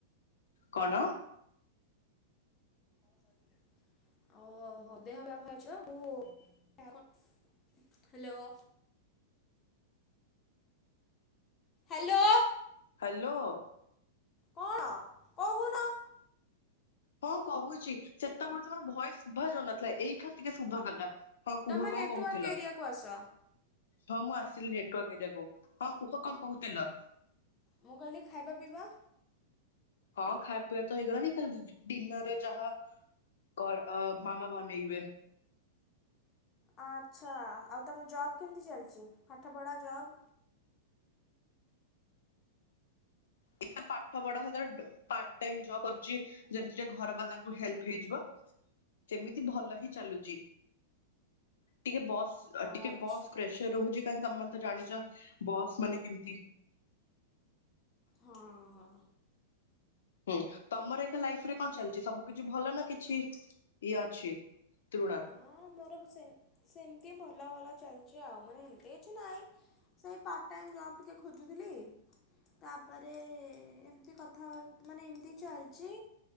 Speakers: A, on the left; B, on the left.
A: କଣ?
B: <unintelligible> ହ୍ୟାଲୋ ହ୍ୟାଲୋ
A: ହ୍ୟାଲୋ
B: କଣ କହୁନ?
A: ହଁ କହୁଛି ସେତେବେଳେ ତମର ଭଏସ ଶୁଭା ଯାଉନଥିଲା ଏଇ ଖା ଟିକେ ଶୁଭା ଗଲା। ହଁ
B: ତମେ
A: କୁହ କଣ
B: ନେଟୱାର୍କ
A: କହୁଥିଲ?
B: ଏରିଆକୁ ଆସ।
A: ହଁ ମୁଁ ଆସିଲି ନେଟୱାର୍କ ଏରିଆକୁ ହଁ କୁହ କଣ କହୁଥିଲ?
B: ମୁଁ କହିଲି ଖାଇବା ପିଇବା?
A: ହଁ ଖାଇବା ପିଇବା ତ ହେଇଗଲାଣି ଡିନରରେ ଯାହା କର ମାମା ବନେଇବେ?
B: ଆଚ୍ଛା ଆଉ ତମ ଜବ୍ କେମିତି ଚାଲିଛି ପାଠପଢ଼ା ଜବ୍?
A: ଏ ପାଠ ପଢା ସାଥୀରେ ପାର୍ଟ ଟାଇମ ଯବ କରିଛି। ଯେମିତି ଟିକେ ଘର ବାଲାଙ୍କୁ ହେଲ୍ପ ହେଇଯିବ। ସେମିତି ଭଲ ହିଁ ଚାଲୁଛି ଟିକେ ବସ୍ ଟିକେ
B: ଆଚ୍ଛା
A: ବସ୍ କ୍ରେସ। ରହୁଛି କାହିଁକି ତମେ ତ ଜାଣିଛ ବସ୍ ମାନେ କେମତି?
B: ହଁ ହଁ।
A: ହୁଁ ତମର ଏକ ଲାଇଫରେ କଣ ଚାଲିଛି ସବୁ କିଛି ଭଲ ନା କିଛି ଇଏ ଅଛି <unintelligible>
B: ହୁଁ ମୋର ସେମିତି ଭଲ ଭଲ ଚାଲିଛି ଆଉ ମୋର ଏମିତି କିଛି ନାହିଁ। ସେଇ ପାର୍ଟ ଟାଇମ ଜବ ଟିକେ ଖୋଜୁଥିଲି। ତାପରେ ଏମିତି କଥାବାର୍ତ୍ତା ମାନେ ଏମିତି ଚାଲିଛି